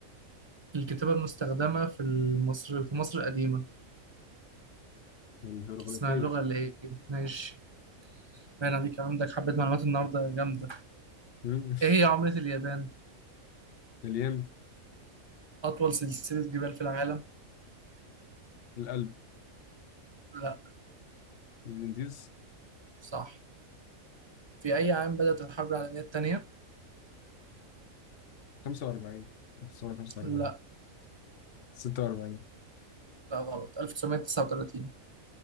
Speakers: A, on the right; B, on the left.
A: الكتابة المستخدمة في مصر في مصر القديمة،
B: والهيروغليفية
A: اسمها اللغة اللي إيه؟ ماشي، باين عليك عندك حبة معلومات النهاردة جامدة،
B: مم.
A: إيه هي عملة اليابان؟
B: الين
A: أطول سلسلة جبال في العالم
B: القلب
A: لا
B: الانديز
A: صح في أي عام بدأت الحرب العالمية الثانية؟
B: 45 1945
A: لا
B: 46
A: لا غلط 1939